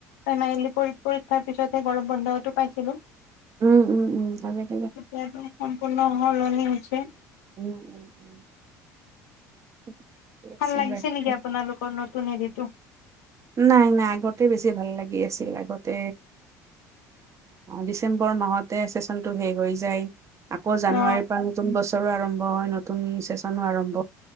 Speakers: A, on the left; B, on the right.
A: ফেনেল পৰীক্ষাৰ পিছতহে গৰম বন্ধটো পাইছিলো
B: উম উম উম তে
A: এতিয়াতো সম্পূৰ্ণ সলনি হৈছে
B: উম, উম, উম। ঠিকে আছে
A: ভাল লাগিছে
B: বাকী
A: নেকি আপোনালোকৰ নতুন ত নে দি তো
B: নাই নাই আগতে বেছি ভাল লাগি আছে অআগতে ডিচেম্বৰ ৰ মাহতে চেচনটো শেষ হৈ যায় আকৌ জানুৱাৰীৰ
A: অ
B: পৰা নতুন বছৰো আৰম্ভ নতুন চেচনো আৰম্ভ